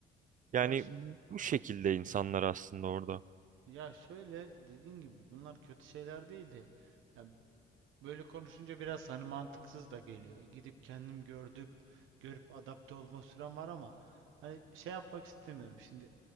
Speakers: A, on the right; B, on the right.
A: Yani
B: Ya
A: bu bu şekilde insanlar aslında orada.
B: Ya şöyle dediğin gibi bunlar kötü şeyler değil de ya böyle konuşunca biraz hani mantıksız da geliyor. Gidip kendim gördüp görüp adapte olma sürem var ama hani şey yapmak istemiyorum. Şimdi